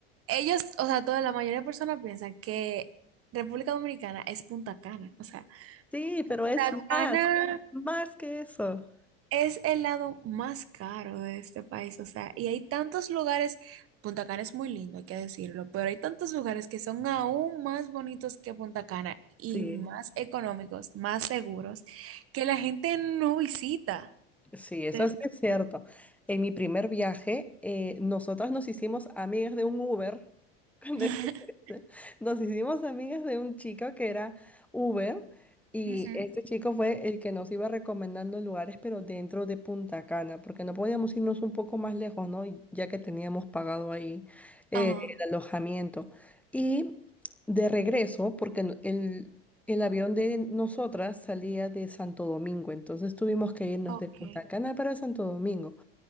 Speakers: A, on the right (about 50°); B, in the centre.
A: ellos, o sea, toda la mayoría de personas piensan que República Dominicana es Punta Cana. O sea,
B: Sí, pero
A: Punta
B: es
A: Cana
B: más, más que eso.
A: Es el lado más caro de este país, o sea, y hay tantos lugares, Punta Cana es muy lindo, hay que decirlo, pero hay tantos lugares que son aún más bonitos que Punta Cana y
B: Sí.
A: más económicos, más seguros, que la gente no visita.
B: Sí, eso
A: Desde
B: sí es cierto.
A: aquí.
B: En mi primer viaje, eh, nosotras nos hicimos amigas de un Uber. <laughs> con
A: <laughs>
B: decirte, esto. Nos hicimos amigas de un chico que era Uber y
A: Ujú.
B: este chico fue el que nos iba recomendando lugares, pero dentro de Punta Cana, porque no podíamos irnos un poco más lejos, ¿no? Y Ya que teníamos pagado ahí eh,
A: Ah,
B: el alojamiento. Y de regreso, porque no- el, el avión de nosotras salía de Santo Domingo, entonces tuvimos que irnos
A: ok.
B: de Punta Cana para Santo Domingo.